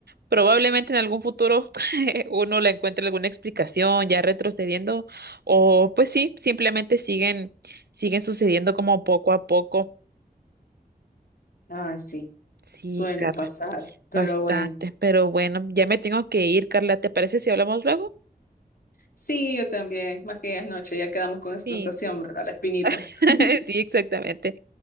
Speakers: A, on the right; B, on the left.
A: Probablemente en algún futuro <laughs> uno le encuentre alguna explicación ya retrocediendo o pues sí, simplemente siguen siguen sucediendo como poco a poco.
B: Ay, sí,
A: Sí,
B: suelen
A: Carla,
B: pasar, pero
A: bastante.
B: bueno.
A: Pero bueno, ya me tengo que ir, Carla. ¿Te parece si hablamos luego?
B: Sí, yo también, más que es noche, ya quedamos con esa
A: Sí,
B: sensación, ¿verdad? La espinita.
A: <laughs>
B: <laughs>
A: sí, exactamente.